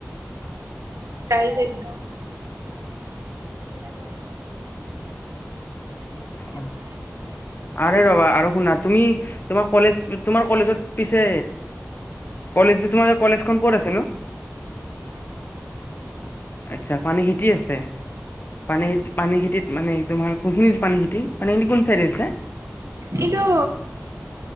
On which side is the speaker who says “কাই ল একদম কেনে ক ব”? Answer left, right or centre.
Right